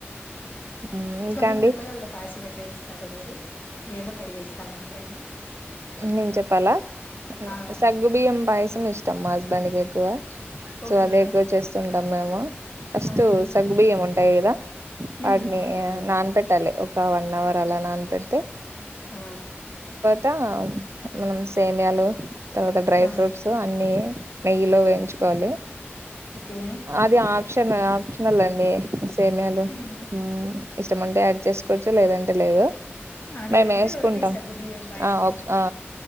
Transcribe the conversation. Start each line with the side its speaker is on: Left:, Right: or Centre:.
Right: ఉమ్ ఇంకా
Left: గొంజెం
Right: అండి
Left: జెప్పగల్రా పాయసమెట్ టేస్తారు మీరు మేము ట్రై చేస్తాము ఎప్పుడైనా
Right: నేన్ చెప్పాలా మ్
Left: ఆ
Right: సగ్గు బియ్యం పాయసం ఇష్ట్ ట్టమాస్ దానికేక్కువ
Left: ఓకే
Right: సో అదే ఎక్కువ చేస్తున్ తన్నేమో ఫస్టు
Left: ఆహా
Right: సగ్ బియ్యం ఉంటాయ్ కదా
Left: ఉమ్
Right: వాటిని
Left: అవునులేండి
Right: నాన్ పెట్టాలి. ఒక వన్ అవర్ అలా నాన్పెడితే
Left: ఆ
Right: టాం మనం సేమ్యాలు తర్వాత డ్రై
Left: ఆ
Right: ఫ్రూట్సు అన్ని నెయ్యిలో వేయించుకోవాలి
Left: ఓకే
Right: అది ఆప్షన్ ఆప్షనల్ అండి సేమ్యాలు
Left: ఉమ్
Right: ఊ ఇష్టముంటే యాడ్ చేసుకోవచ్చు లేదంటే లేదు
Left: ఆ లేదంటే
Right: మేము వేసుకుంటాం
Left: వొట్టి సగ్గు బియ్యం బాయ్
Right: ఆ ఒక్ ఆ